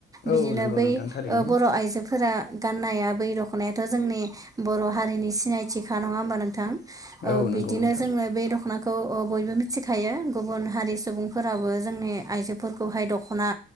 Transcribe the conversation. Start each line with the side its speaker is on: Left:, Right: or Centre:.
Left: औ
Right: बिदिनो
Left: नंगौ
Right: बै
Left: नोंथां
Right: ओ
Left: थारैनो
Right: बर' आइजो फोरा गाननाया बै दख'नायाथ' जोंनि बर' हारिनि सिनायथिखा नङा होमबा नोंथां। ओ
Left: औ नंगौ
Right: बिदिनो
Left: नोंथां
Right: जोङो बे दख'ना। खौ अ बयबो मिथिखायो गुबुन हारि सुबुंफोराबो जोंनि आइजोफोरखौहाय दख'ना।